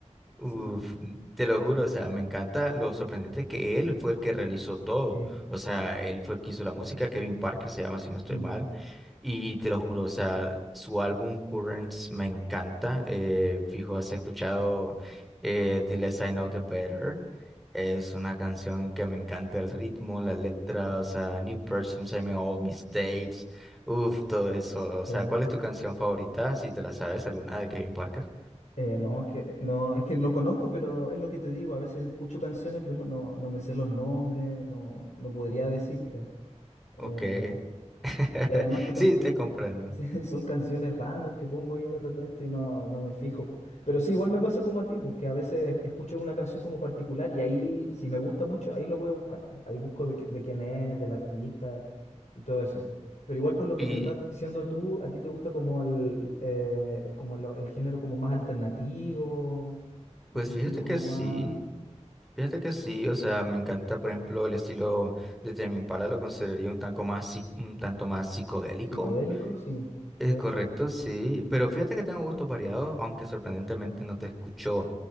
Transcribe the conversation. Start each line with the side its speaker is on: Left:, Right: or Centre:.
Left: Sí.
Centre: Uf, te lo juro, o sea, me encanta lo sorprendente que él fue el que realizó todo.
Left: eh,
Centre: O sea, él fue el que hizo la música, Kevin Parker se llama, si no estoy
Left: mm,
Centre: mal. Y te lo juro, o sea, su álbum Currents me encanta. Eh, fijo, has escuchado eh, The Less I Know The Better. Es una canción que me encanta el ritmo, la letra, o sea, New Person, Same Old Mistakes. Uf, todo eso. O
Left: todo.
Centre: sea, ¿cuál es tu canción favorita? Si te la sabes, alguna de Kevin Parker.
Left: Eh, no, es que no, es que no lo conozco, pero es lo que te digo, a veces escucho canciones, pero no, no me sé los nombres, no, no podría decirte. Eh,
Centre: Ok. <laughs>
Left: y además que tampoco
Centre: Sí, te comprendo.
Left: <laughs> son canciones random que pongo ahí de repente y no, no me fijo. Pero sí, igual me pasa como a ti, porque a veces escucho una canción como particular y ahí, si me gusta mucho, ahí lo voy a buscar. Ahí busco de, qué- de quién es, del artista y todo eso. Pero igual por lo que
Centre: Y
Left: me estás diciendo tú, a ti te gusta como el, eh, como lo- el género como más alternativo, ese
Centre: pues
Left: estilo
Centre: fíjate
Left: como
Centre: que sí,
Left: más
Centre: fíjate que sí, o sea, me encanta, por ejemplo, el estilo de Tame Impala, lo consideraría un tanto más, psi- un tanto más psicodélico.
Left: psicodélico, sí,
Centre: Es
Left: puede
Centre: correcto,
Left: ser.
Centre: sí, pero fíjate que tengo gustos variados, aunque sorprendentemente no te escucho